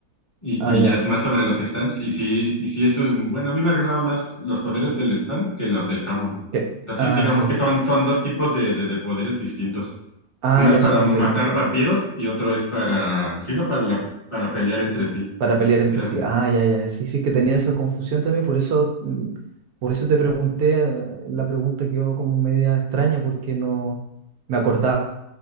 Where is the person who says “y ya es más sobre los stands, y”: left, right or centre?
Left